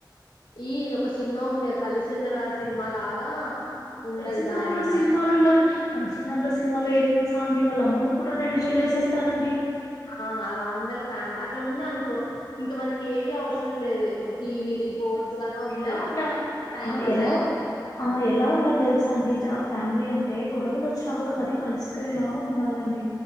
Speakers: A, on the left; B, on the left.
A: ఈ ఒక సినిమా ఉంది ఆ కలిసుందాం సినిమా లాగా
B: ఆ
A: ఉండాలి
B: కలిసుందాం
A: జాయింట్ ఫ్యా
B: సినిమాలలో లాగా కలిసుందాం రా సినిమాలో ఏం తెలుసా అండి వాళ్ళ అమ్మమ్మ కూడా రెండు జడలు వేసేస్తారండి
A: ఆ అలా ఉండాలి ఫ్యామిలీ అట్లా ఉంద అనుకో ఇంకా మనకి ఏవి అవసరం లేదు టీవీలి
B: ఏం
A: ఈ ఫోన్స్
B: తెలుసా
A: ఇవన్నీ అవసరం
B: ఎలా
A: లేదు
B: ఉండాలి
A: మనకి టైం
B: ఆ
A: పాస్
B: ఎలా
A: అయిపోతది మనకి
B: ఆ ఎలా ఉండాలో తెలుసా అండి ఫ్యామిలీ అంటే గొడవలు వచ్చినా కూడా మరీ కలిసిపోయేలాగా ఉండాలండి